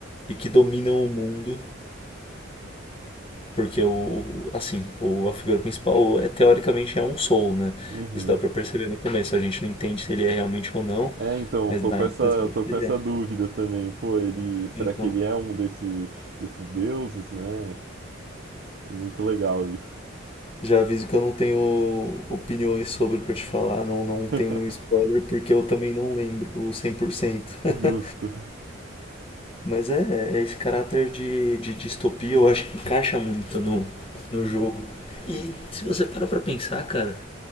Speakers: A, on the left; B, on the right.
A: e que dominam o mundo. Porque o, assim, o, a figura principal é teoricamente é um soul, né?
B: Uhum.
A: Isso dá pra perceber no começo. A gente não entende se ele é realmente ou não,
B: É, então,
A: mas
B: eu tô
A: dá
B: com
A: a
B: essa,
A: impressão de
B: tô
A: que
B: com
A: ele
B: essa
A: é.
B: dúvida também. Pô, ele, será
A: Então,
B: que ele é um desses, desses deuses, né? É Muito legal isso.
A: já aviso que eu não tenho opiniões sobre pra te falar, não, não tenho
B: <laughs>
A: nenhum spoiler, porque eu também não lembro cem por cento
B: Justo.
A: <laughs> Mas é, é esse caráter de, de distopia, eu acho que encaixa muito no, no jogo. E se você para pra pensar, cara,